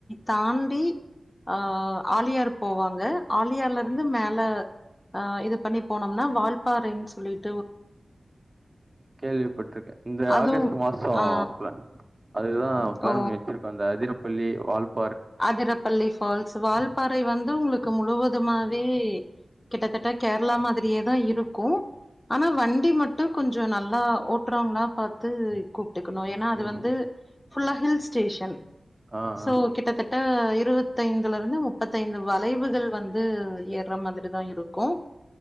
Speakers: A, on the left (about 20°); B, on the right (about 30°).
A: தான் டி ஆ ஆலியார் போவாங்க ஆலியார்ல இருந்து மேல ஆஹ இது பண்ணி போனோம்னா வால்பாறைன்னு சொல்லிருக்கும்
B: கேள்விப்பட்டிருக்கேன் இந்த
A: அதுவு
B: ஆகஸ்ட் மாசோம்
A: ஆ
B: பிளான் அதுதான் பிளான்
A: ஓ
B: பண்ணி வச்சிருக்கேன் அந்த அத பள்ளி வால்
A: அதிரப்பள்ளி ஃபால்ஸ் வால்பாறை வந்து உங்களுக்கு முழுவதுமாவே கிட்டத்தட்ட கேரளா மாதிரியேதான் இருக்கும் ஆனா வண்டி மட்டும் கொஞ்சம் நல்லா ஓட்டுறவங்களா பார்த்து இருக்கணும் ஏன்னா அது
B: என்-
A: வந்து புல்லா ஹில்ஸ் ஸ்டேஷன்
B: ஆ
A: சோ
B: ஆ
A: கிட்டத்தட்ட இருபத்தைந்துல முப்பத்தைந்து வளைவுகள் வந்து ஏறுற மாதிரிதான் இருக்கும்